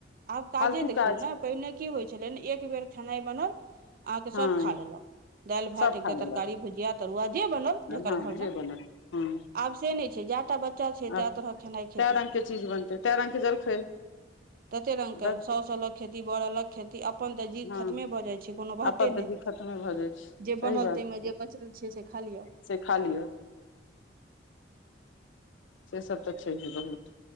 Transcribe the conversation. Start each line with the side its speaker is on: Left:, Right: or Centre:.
Right: आब काजे
Left: फालतू
Right: देखियौ
Left: काज
Right: ने पहिने की होइ छलै एक बेर खेनाइ बनल अहाँके
Left: हँ
Right: सभ खा लेलक दालि भात
Left: सब
Right: एकटा
Left: खा लेलक
Right: तरकारी भुजिया तरुआ जे बनल जकर
Left: हँ
Right: घरमे
Left: जे बनल हँ
Right: आब से नहि छै जै टा बच्चा छै तए
Left: आब
Right: तरहक खेनाइ खेतै
Left: तै रङ्गके चीज बनतै तै रङ्गके जलखै
Right: तेते रंग
Left: बस
Right: के सौ सलक खेती बऽड़ऽलक खेती अपन ते जीत
Left: हँ
Right: खतमे भऽ जाय छै से कोनो बाते
Left: अपन तऽ
Right: नहि
Left: जीत खतमे भऽ जाइ छै
Right: जे
Left: सही
Right: बनल
Left: बात
Right: ताहिमे
Left: छै
Right: जे बचल छिय से खा लिअ
Left: से खा लिय से सब तऽ छैहे बहुत